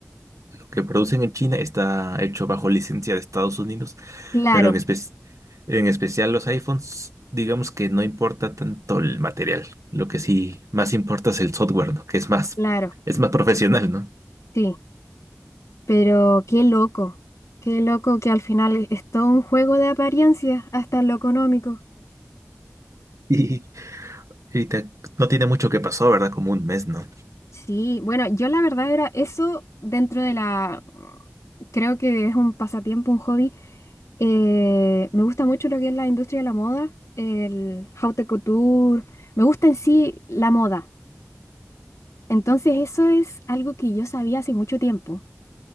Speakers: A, on the right; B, on the left.
A: lo que producen en China está hecho bajo licencia de Estados Unidos,
B: Claro,
A: pero en espe- en especial los iPhones, digamos que no importa tanto el material. Lo que sí más importa es el software, ¿no? Que es más,
B: claro,
A: es más profesional, ¿no?
B: sí. Pero qué loco, qué loco que al final es es todo un juego de apariencias, hasta en lo económico.
A: <laughs> Y te- no tiene mucho que pasó, ¿verdad? Como un mes, ¿no?
B: Sí, bueno, yo la verdad era eso dentro de la... Creo que es un pasatiempo, un hobby. Eh, me gusta mucho lo que es la industria de la moda, el haute couture. Me gusta en sí la moda. Entonces eso es algo que yo sabía hace mucho tiempo.